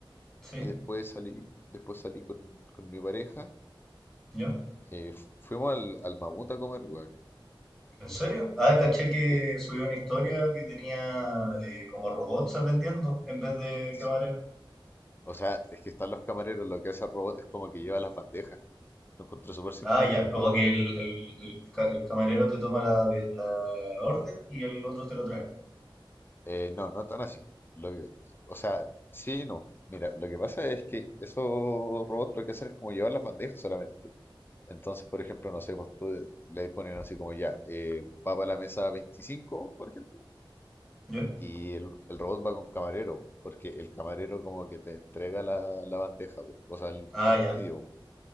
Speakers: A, in the centre; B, on the left.
A: ¿Sí?
B: y después salí, después salí con, con mi pareja,
A: ¿Ya?
B: eh, fu- fuimos al, al mamut a comer, weón.
A: ¿En serio? Ah, caché que
B: Sí,
A: subió una historia que tenía eh, como robots atendiendo en vez de
B: sí.
A: camarero.
B: O sea, es que están los camareros, lo que hace el robot es como que lleva las bandejas. Lo encontré súper simpático,
A: Ah, ya,
B: en
A: como
B: verdad.
A: que el, el- el ca- el camarero te toma la, be- la orden y el otro te lo trae.
B: Eh, no, no tan así. Lo que- o sea, sí, y no. Mira, lo que pasa es que esos robots lo que hacen es como llevar las bandejas solamente. Entonces, por ejemplo, no sé, pues tú le ponen así como ya, eh, va para la mesa veinticinco por ejemplo,
A: ¿Ya?
B: y el, el robot va con camarero, porque el camarero como que te entrega la, la bandeja, po, o sea, el,
A: Ah,
B: el
A: ya.
B: pedido. po.